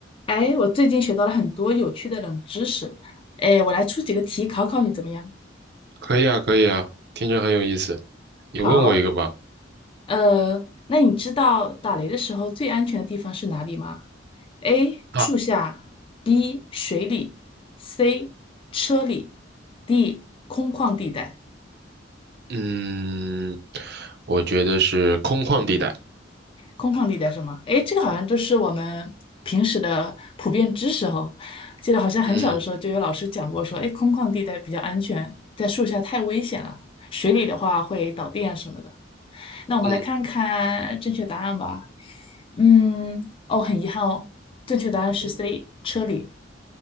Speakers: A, on the left; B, on the right.
A: 哎，我最近学到了很多有趣的冷知识，哎，我来出几个题考考你怎么样？
B: 可以啊，可以啊，听着很有意思。你问我一个吧。
A: 好，呃，那你知道打雷的时候最安全的地方是哪里吗？A.
B: 啊，
A: 树下，B. 水里，C. 车里，D. 空旷地带。
B: 嗯，我觉得是空旷地带。
A: 空旷地带是吗？诶，这个好像都是我们平时的普遍知识哈。记得好像很小的时候就有老师讲过说，
B: 嗯
A: 诶，空旷地带比较安全，在树下太危险了，水里的话会导电啊什么的。那我们来看看正确答案吧。
B: 嗯
A: 嗯，哦，很遗憾哦，正确答案是
B: 嗯，
A: C，车里。